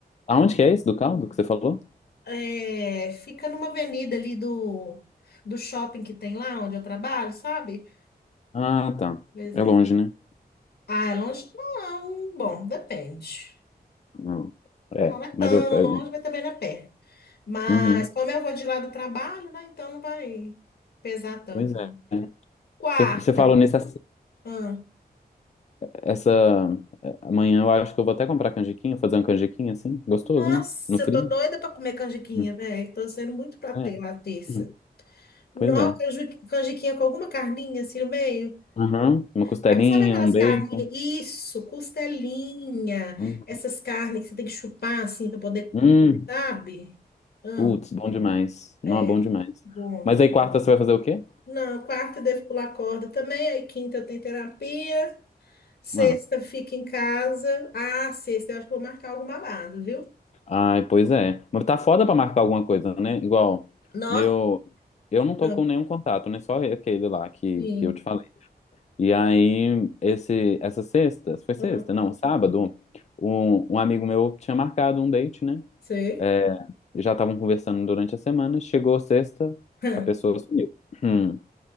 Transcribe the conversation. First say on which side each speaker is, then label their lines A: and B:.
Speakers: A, on the left; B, on the left.
A: Aonde que é esse do caldo que você falou?
B: É, fica numa avenida ali do, do shopping que tem lá onde eu trabalho, sabe?
A: Ah, tá.
B: Pois
A: É
B: é.
A: longe, né?
B: Ah, é longe? Não, bom, depende.
A: Hum. É,
B: Não é
A: mas
B: tão
A: eu. é-
B: longe, mas também não é perto. Mas
A: Uhum.
B: como eu vou de lá do trabalho, né? Então não vai pesar tanto.
A: Pois é.
B: Quarta.
A: Você você falou nesse
B: Ah,
A: Essa. é, Amanhã eu acho que eu vou até comprar canjiquinha, fazer uma canjiquinha assim. Gostoso,
B: nossa,
A: né? No frio.
B: eu tô doida pra comer canjiquinha,
A: Hum,
B: velho. Tô sendo muito pra ter
A: É.
B: lá terça.
A: Hum,
B: Nossa,
A: Pois é.
B: canji- canjiquinha com alguma carninha assim no meio.
A: Aham, Uma costelinha,
B: Aí, sabe aquelas
A: um bacon.
B: carninhas? Isso, costelinha.
A: Hum,
B: Essas carnes que você tem que chupar assim pra poder,
A: hum.
B: sabe? Amo.
A: Putz, bom demais. Não,
B: É,
A: bom demais.
B: bom.
A: Mas aí quarta você vai fazer o quê?
B: Não, quarta eu devo pular corda também. Aí quinta eu tenho terapia. Sexta
A: Ah.
B: fica em casa. Ah, sexta, eu acho que vou marcar algum babado, viu?
A: Ai, pois é. Mas tá foda pra marcar alguma coisa, né? Igual,
B: Nó,
A: meu. Eu não tô
B: Ah,
A: com nenhum contato, né? Só aquele lá que,
B: sim.
A: que eu te falei. E aí, esse, essa sexta, foi sexta?
B: Ah,
A: Não, sábado, um, um amigo meu tinha marcado um date, né?
B: sei.
A: É, já estavam conversando durante a semana. Chegou sexta,
B: <laughs> Ah.
A: a pessoa sumiu. Hum,